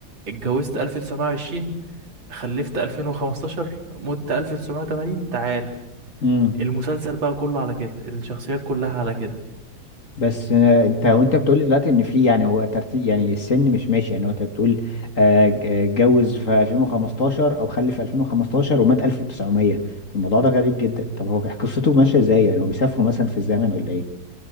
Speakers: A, on the right; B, on the left.
A: اتجوزت 1920 خلفت 2015 مت 1980 تعال
B: امم
A: المسلسل بقى كله على كده الشخصيات كلها على كده
B: بس آه، انت وانت بتقولي دلوقتي ان في يعني هو ترتيب يعني السن مش ماشي يعني هو انت بتقول آه، ج- آه، اتجوز في 2015 او خلف في 2015 ومات 1900 الموضوع ده غريب جدا طب هو قصته ماشيه ازاي يعني هو بيسافروا مثلا في الزمن ولا ايه